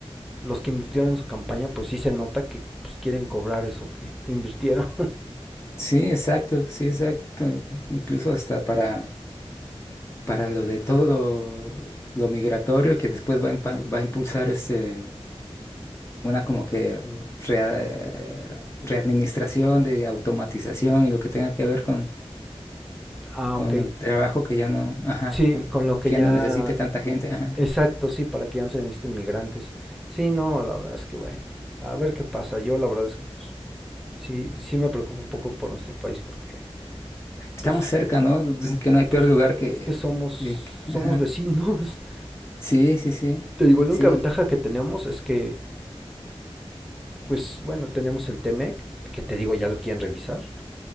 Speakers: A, in the centre; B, on the left.
A: los que invirtieron en su campaña, pues sí se nota que pues quieren cobrar eso que invirtieron.
B: sí, exacto, sí, exacto. Incluso hasta para, para lo de todo lo, lo migratorio que después va a, impa- va a impulsar este, una como que rea- readministración de automatización y lo que tenga que ver con,
A: <laughs> ah,
B: con
A: ok.
B: el trabajo que ya no, ajá,
A: Sí, con lo que
B: que
A: ya,
B: ya no necesite tanta gente, ajá.
A: exacto, sí, para que ya no se necesiten migrantes. Sí, no, la verdad es que bueno, a ver qué pasa. Yo la verdad es que pues sí, sí me preocupa un poco por nuestro país porque
B: Estamos
A: pues
B: cerca, ¿no? Dicen que no hay peor
A: pues
B: lugar que...
A: es que somos,
B: eh, que-
A: somos
B: ajá.
A: vecinos. <laughs>
B: Sí, sí, sí,
A: Te digo, la
B: sí,
A: única ventaja que tenemos es que, pues bueno, tenemos el Temec, que te digo, ya lo quieren revisar.